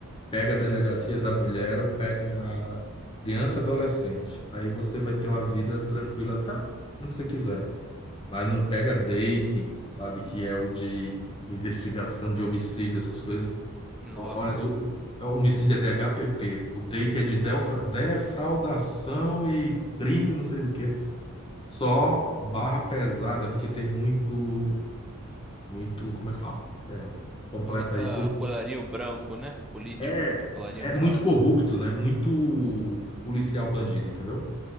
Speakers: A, on the left; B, in the centre.
A: pega a delegacia da mulher ou pega a criança e adolescente. Aí você vai ter uma vida tranquila, tá? Onde você quiser. Mas não pega DEIC, sabe? Que é o de investigação de homicídio, essas coisas.
B: Nossa.
A: O- Olha, o, o homicídio é DHPP. O DEIC é de delfra- defraudação e crime, não sei do que. Só barra pesada, porque tem muito, muito, como é que fala? É, completa
B: Muita
A: aí,
B: colarinho branco, né? Político.
A: é,
B: É colarinho
A: é
B: branco.
A: muito corrupto, né? Muito policial bandido, entendeu?